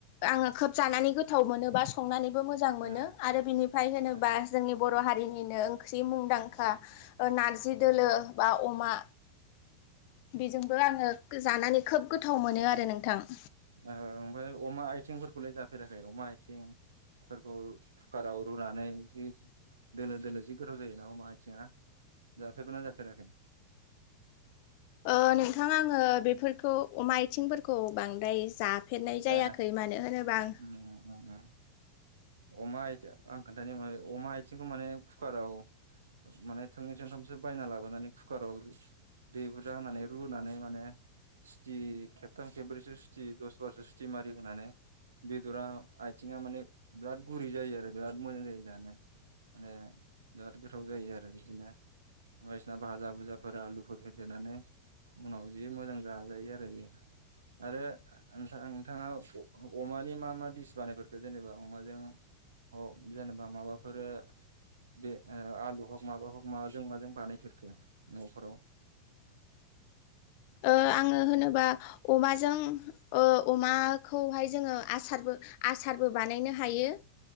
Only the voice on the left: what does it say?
आङो खोब जानानै गोथाव मोनो बा संनानै बो मोजां मोनो
आरो बिनिफ्राय होनोबा
जोंनि बर' हारि निनो ओंख्रि मुंदांखा ओ नारजि दोलो
बा अमा बेजोंबो आङो जानानै खोब गोथाव मोनो आरो नोंथां।
ओ नोंथां आङो बेफोरखौ अमा आयथिंफोरखौ बांद्राय जा फेरनाय जायाखै
मानो होनोबा आं
ओ आङो होनोबा अमाजों ओ अमाखौहाय जोङो आसारबो आसारबो बानायनो हायो